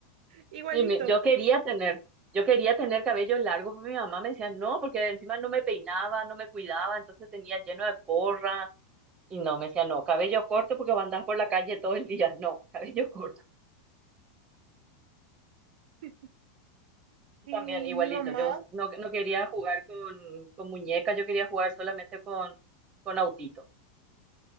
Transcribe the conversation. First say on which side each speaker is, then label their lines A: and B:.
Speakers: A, on the right; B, on the right.
A: Igualito.
B: Y mi- yo quería tener, yo quería tener cabello largo, pero mi mamá me decía no, porque encima no me peinaba, no me cuidaba, entonces tenía lleno de porra. Y no, me decía, no, cabello corto porque va a andar por la calle todo el día. <laughs> No, cabello corto.
A: <laughs>
B: Yo
A: Y
B: También igualito,
A: mi mamá,
B: yo us- no, no quería jugar con, con muñecas, yo quería jugar solamente con, con autito.